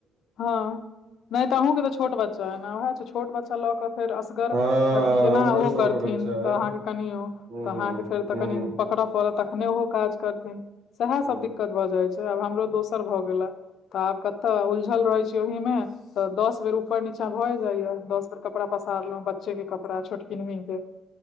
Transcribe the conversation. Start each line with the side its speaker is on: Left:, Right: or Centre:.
Left: हँ नहि तऽ अहूँके तऽ छोट बच्चा ऐ ने उएह छोट बच्चा लऽ कऽ। फेर असगर
Right: हँ
Left: अथि केना
Right: हमरो
Left: ओहो
Right: छोट
Left: करथिन
Right: बच्चा
Left: तऽ
Right: अइ
Left: अहाँकेँ कनियो।
Right: हूं
Left: तऽ अहाँकेँ फेर तऽ
Right: हूं
Left: कनी पकड़य पड़त तखने ओहो काज कर। सएह सभ
Right: हूं
Left: दिक्कत भऽ जाइ छै आब हमरो दोसर भऽ गेला तऽ आब कतऽ उलझल रहैय। चोहि मे तऽ दस बे रूप। उपर नीचा भऽ जाइया दस बेर कपड़ा पसारलो बच्चे के कपड़ा छोटकिमनी के।